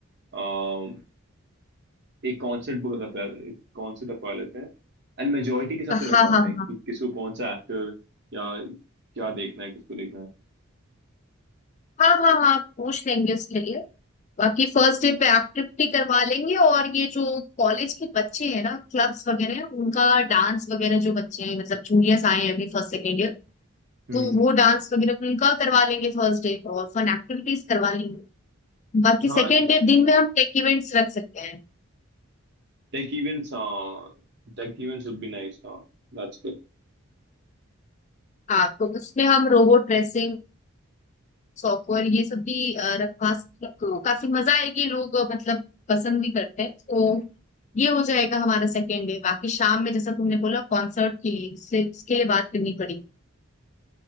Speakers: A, on the right; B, on the left.
A: अम, एक कॉन्सर्ट बुक रखवा एक कॉन्सर्ट रखवा लेते हैं एंड मेजोरिटी के हिसाब
B: हाँ
A: से रखवाते
B: हाँ
A: हैं कि
B: हाँ
A: किसको कौन सा एक्टर या क्या देखना है किसको देखना है
B: हाँ हाँ हाँ पूछ लेंगे उसके लिए बाकी फर्स्ट डे पे एक्टिविटी करवा लेंगे और ये जो कॉलेज के बच्चे हैं ना क्लब्स वगैरह उनका डांस वगैरह जो बच्चे हैं मतलब जूनियर्स आए हैं अभी फर्स्ट सेकेंड ईयर
A: हम्म
B: तो वो डांस वगैरह उनका करवा लेंगे फर्स्ट डे और फन एक्टिविटीज करवा लेंगे बाकी
A: हाँ
B: सेकेंड डे दिन में हम टेक इवेंट्स रख सकते हैं
A: टेक इवेंट्स हाँ tech events would be nice हाँ दैट्स
B: हाँ तो उसमें हम रोबोट रेसिंग सॉफ्टवेयर ये सब भी अ, रखवा सकते हैं तो काफी मजा आएगी लोग अ, मतलब पसंद भी करते हैं तो ये हो जाएगा हमारा सेकेंड डे बाकी शाम में जैसा तुमने बोला कॉन्सर्ट के लिए उससे उसके लिए बात करनी पड़ेगी